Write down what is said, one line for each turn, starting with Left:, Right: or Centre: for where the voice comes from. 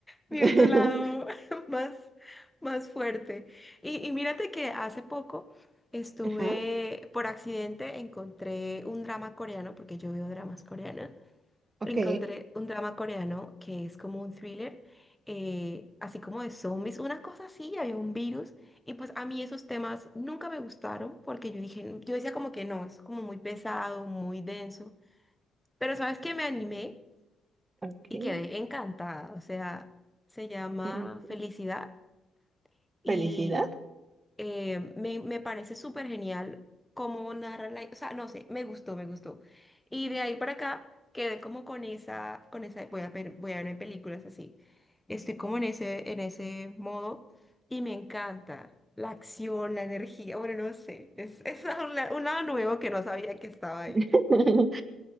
Centre: Mi
Right: <laughs>
Centre: otro lado <laughs> más, más fuerte. Y, y mírate que hace poco estuve,
Right: Ajá,
Centre: por accidente, encontré un drama coreano, porque yo veo dramas coreanos.
Right: ok,
Centre: Encontré un drama coreano que es como un thriller, eh, así como de zombies, una cosa así, había un virus. Y pues a mí esos temas nunca me gustaron, porque yo dije, yo decía como que no, es como muy pesado, muy denso. Pero ¿sabes que Me animé
Right: ok.
Centre: y quedé encantada. O sea, se llama
Right: Mm,
Centre: Felicidad y
Right: Felicidad.
Centre: eh, me, me parece súper genial cómo narran la... O sea, no sé, me gustó, me gustó. Y de ahí para acá quedé como con esa, con esa, voy a ver, voy a ver películas así. Estoy como en ese, en ese modo y me encanta. La acción, la energía, bueno, no sé, es, <laughs> es un, la- un lado nuevo que no sabía que estaba ahí,
Right: <laughs>